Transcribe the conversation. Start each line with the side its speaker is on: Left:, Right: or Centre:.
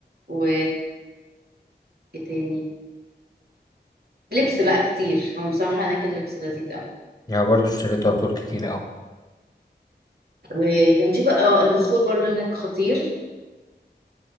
Right: و ايه تاني لبس بقى كتير هم بصراحة هناك اللبس لذيذ أوي
Left: يعني برضو اشتريت عطور كتير أوي
Right: وكان في بقى آه، البخور برضو هناك خطير